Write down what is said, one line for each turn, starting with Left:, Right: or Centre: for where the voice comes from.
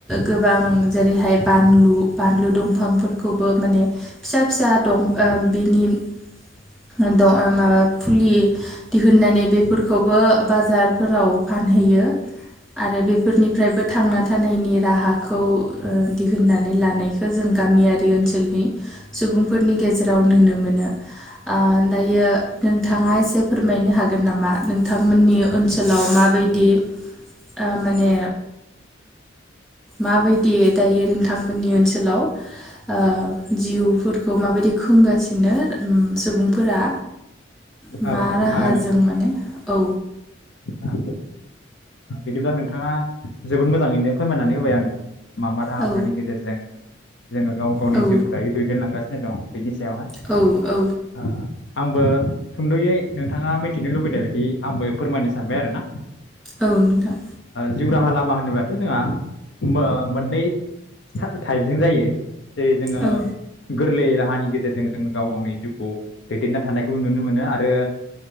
Centre: गोबां जेरैहाय बानलु बानलु दंफां फोरखौबो माने फिसा फिसा दं ओ बिनि ओ दं माबा फुलि दिहुननानै बेफोरखौबो बाजारफोराव फानहैयो आरो बेफोरनिफ्रायबो थांना थानायनि राहाखौ दिहुननानै लानायखौ जों गामियारि ओनसोलनि सुबुंफोरनि गेजेराव नुनो मोनो ओ दायो नोंथांङा एसे फोरमायनो हागोन नामा नोंथांमोननि ओनसोलाव माबायदि ओ माने माबायदि दायो नोंथांमोननि ओनसोलाव ओ जिउफोरखौ माबायदि खुंगासिनो उ सुबुंफोरा मा
Left: औ औ
Centre: राहाजों
Left: हागोन नोंथां
Centre: माने औ
Left: औ बिदिब्ला नोंथांङा जोबोद मोजांङैनो फोरमायनानै होबाय आंनो मा मा राहाफोरनि
Centre: औ
Left: गेजेरजों जोंङो गाव गावनि
Centre: औ
Left: जिउखौ दायो दैदेनलांगासिनो दंङ बेनि सायावहाय
Centre: औ औ
Left: <unintelligible> आंबो सुंद'यै नोंथांङा मिथिनो लुबैनाय बायदि आंबो फोरमायनो सानबाय आरोना
Centre: औ नोंथां
Left: जिउ राहा लामा होनोबाथ' जोंहा मो मोननै टाइपजों जायो जेरै जोंङो
Centre: औ
Left: गोरलै जाहानि गेजेरजों जों गाव गावनि जिउखौ दैदेनना थानायखौ नुनो मोनो आरो